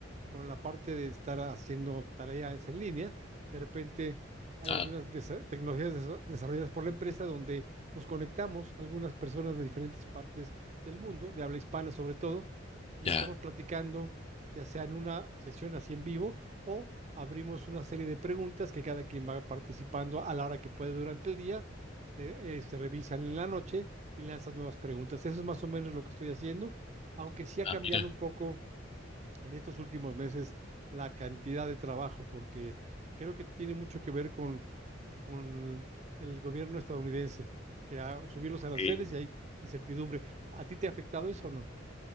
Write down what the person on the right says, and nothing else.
con la parte de estar haciendo tareas en línea. De repente hay
algunas desa- tecnologías desa- desarrolladas por la empresa donde nos conectamos algunas personas de diferentes partes del mundo, de habla hispana sobre todo, y
estamos platicando, ya sea en una sesión así en vivo o abrimos una serie de preguntas que cada quien va participando a la hora que puede durante el día, de- eh, se revisan en la noche y lanzas nuevas preguntas. Eso es más o menos lo que estoy haciendo, aunque sí ha
cambiado
un poco en estos últimos meses la cantidad de trabajo, porque creo que tiene mucho que ver con, con el gobierno estadounidense, que ha subido los aranceles
y hay incertidumbre. ¿A ti te ha afectado eso o no?